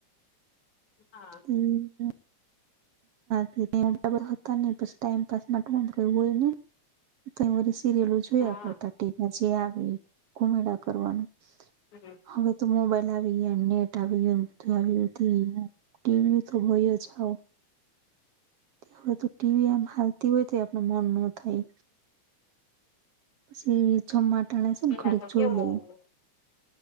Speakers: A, on the left; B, on the right.
A: હા
B: હમ ટમ પા હોય ન <unintelligible> સિરિયલો જોયા
A: હા
B: કરતા ટીમાં જે આવેુમેડા કરવાનું,
A: હમ
B: હવે તો મોબાઈલ આવી ગયા ને નેટ આવી ગયું ને બધું આવ ટીવી તો હોય જ હ હવે તો ટીવી આમ હાલતી હોય તો આપનું મન ન થાય. પછી એ જમાટાણે છે
A: પેલા
B: ને ખડીક
A: તો
B: જોઈ
A: કેવું
B: લેવુ.